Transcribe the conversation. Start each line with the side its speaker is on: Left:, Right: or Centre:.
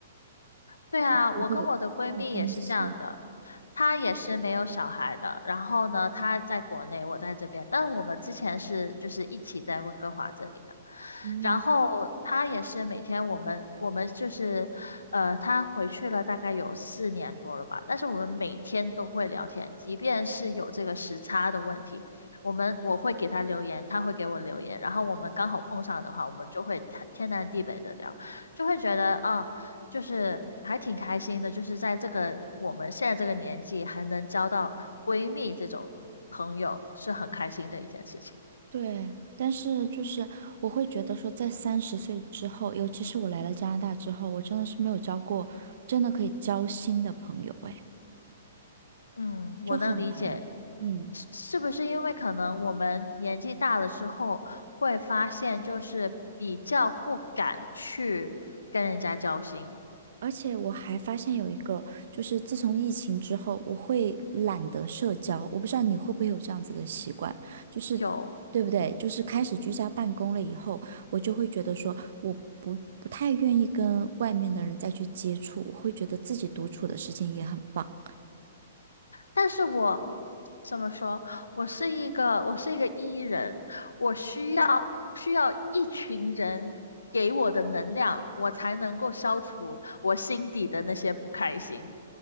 Left: 对啊，我跟我的闺蜜也是这样的，
Right: 我会有这样分析，
Left: 她也是没有小孩的。然后呢，她在国内，我在这边，但是我们之前是就是一起在温哥华这里的。
Right: 嗯。
Left: 然后她也是每天我们我们就是，呃，她回去了大概有四年多了吧，但是我们每天都会聊天，即便是有这个时差的问题，我们我会给她留言，她会给我留言，然后我们刚好碰上的话，我们就会天南地北的聊。就会觉得啊、就是还挺开心的，就是在这个我们现在这个年纪还能交到闺蜜这种朋友，是很开心的一件事情。
Right: 对，但是就是我会觉得说，在三十岁之后，尤其是我来了加拿大之后，我真的是没有交过真的可以交心的朋友，哎，
Left: 嗯，我能理解，
Right: 就很难。嗯，
Left: 是是不是因为可能我们年纪大了之后，会发现就是比较不敢去跟人家交心，
Right: 而且我还发现有一个，就是自从疫情之后，我会懒得社交。我不知道你会不会有这样子的习惯，就是
Left: 有
Right: 对不对？就是开始居家办公了以后，我就会觉得说，我不不太愿意跟外面的人再去接触，我会觉得自己独处的时间也很棒。
Left: 但是我怎么说？我是一个我是一个 E 人，我需要需要一群人给我的能量，我才能够消除我心底的那些不开心。